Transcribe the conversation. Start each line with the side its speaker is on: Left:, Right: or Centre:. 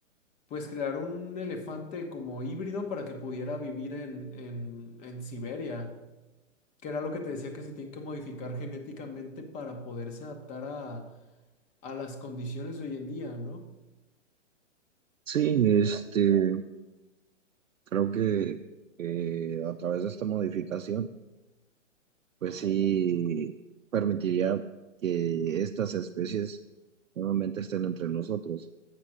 Left: pues, crear un elefante como híbrido para que pudiera vivir en, en, en Siberia, que era lo que te decía que se tienen que modificar genéticamente para poderse adaptar a, a las condiciones de hoy en día, ¿no?
Right: Sí, este, creo que eh, a través de esta modificación, pues sí permitiría que estas especies nuevamente estén entre nosotros.